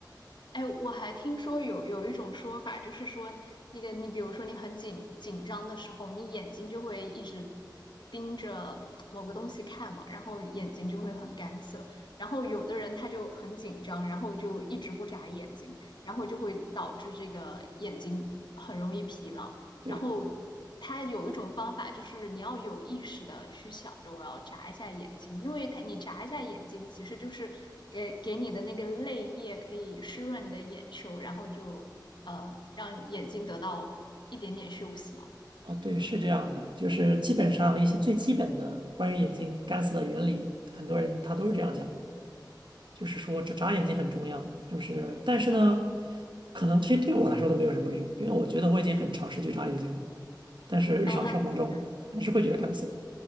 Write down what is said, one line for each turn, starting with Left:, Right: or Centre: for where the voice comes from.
Left: 哎，我还听说有有一种说法，就是说那个你比如说你很紧紧张的时候，你眼睛就会一直盯着某个东西看嘛，然后眼睛就会很干涩。然后有的人他就很紧张，然后就一直不眨眼睛，然后就会导致这个眼睛很容易疲劳。
Right: 对，
Left: 然后它有一种方法，就是你要有意识的去想着我要眨一下眼睛，因为它你眨一下眼睛，其实就是给给你的那个泪液可以湿润你的眼球，然后就呃让眼睛得到一点点休息嘛。
Right: 哦，对，是这样的，就是基本上一些最基本的关于眼睛干涩的原理，很多人他都是这样讲的，就是说这眨眼睛很重要，就是但是呢，
Left: 嗯
Right: 可能这些对我来说都没有什么用，因为我觉得我已经很尝试去眨眼睛了，但是日常生活中还是会觉得干涩。
Left: 嗯，